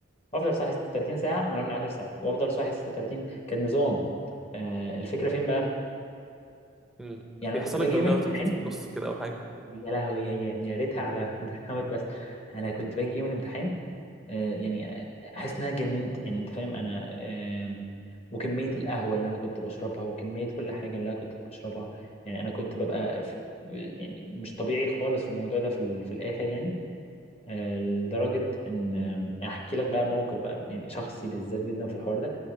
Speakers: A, on the left; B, in the centre.
A: وافضل صاحي 36 ساعه وانا ابني 10 ساعات وافضل صاحي 36 كان نظام آه الفكره فين بقى
B: مم.
A: يعني
B: بيحصل
A: انا كنت باجي
B: لك برن
A: يوم الامتحان
B: اوت اكيد في النص كده او حاجه
A: يا لهوي يعني يعني يا ريتها على <laughs> برن اوت بس انا كنت باجي يوم الامتحان آه يعني احس ان انا اتجننت يعني انت فاهم انا آه وكميه القهوه اللي انا كنت بشربها وكميه كل حاجه اللي انا كنت بشربها يعني انا كنت ببقى في يعني مش طبيعي خالص في الموضوع ده في, ال- في الاخر يعني آه لدرجه ان آه، احكي لك بقى موقف بقى يعني شخصي بالذات جدا في الحوار ده